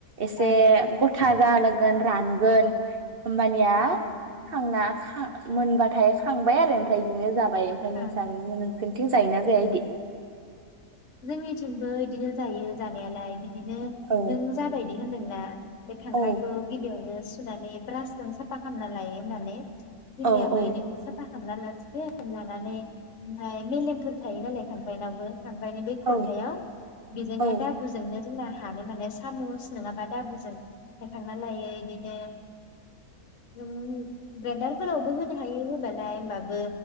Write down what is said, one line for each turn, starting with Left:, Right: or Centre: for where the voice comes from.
Right: एसे
Left: ओं
Right: गथा जालोग गोन रानगोन होमबानिया
Left: औ
Right: खांना खा मोनबाथाय खांबाय आरो ओमफ्राय इदिनो जाबाय। ओमफाय नोंथां
Left: ओं
Right: नोंसि <unintelligible> जायोना जाया इदि?
Left: जोंनिथिंबो इदिनो जायो जानायालाय बि बिदिनो
Right: औ
Left: नों जाबायदि होनदोंना बे खांख्रायखौ
Right: औ
Left: गिबियावनो सुनानै ब्रास जों साफा खालामना लायो होननानै। जोंनियाबो
Right: औ औ
Left: इदिनो साफा खांना लासिगोन लानानै ओमफाय मेलेमफोर थायो नालाय खांख्राइनावबो खां ओमफाय बे खलथायाव
Right: औ
Left: बेजोंहाय
Right: औ
Left: दाबुजोंनो जोंना हानो माने सामुस नङाबा दाबुजों हायखांना लायो इदिनो नों ग्रायनडारफोरावबो होनो हायो होबालाय ओमबाबो